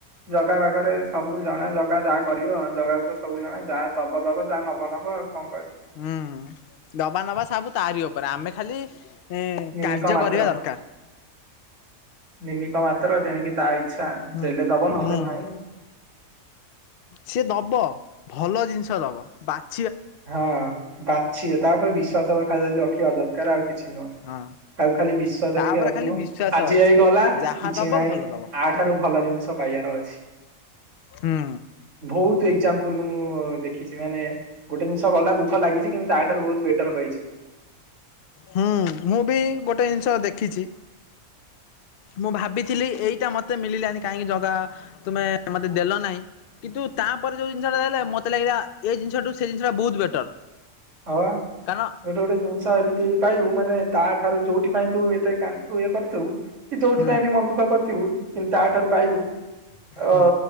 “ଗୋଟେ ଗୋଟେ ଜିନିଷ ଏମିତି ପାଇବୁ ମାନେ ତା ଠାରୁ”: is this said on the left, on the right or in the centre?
Right